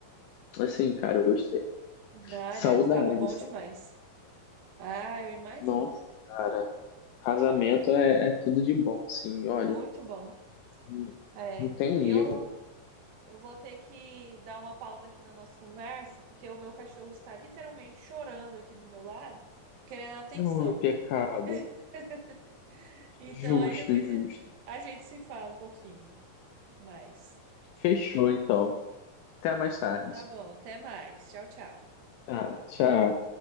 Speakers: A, on the left; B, on the right.
A: Assim, cara, eu gostei.
B: Ah,
A: Saudade,
B: deve que tava bom
A: saudade.
B: demais. Ah, eu imagino.
A: Nossa, cara, casamento é, é tudo de bom, assim, olha,
B: Muito bom.
A: não
B: É,
A: não tem
B: eu
A: erro.
B: Eu vou ter que dar uma pausa aqui na nossa conversa, porque o meu cachorro está literalmente chorando aqui do meu lado, querendo atenção.
A: Ô, pecado.
B: <laughs> Então,
A: Justo,
B: aí depois
A: justo.
B: a gente se fala um pouquinho mais.
A: Fechou, então. Até mais tarde.
B: Então, tá bom. Até mais. Tchau, tchau.
A: Tá, tchau.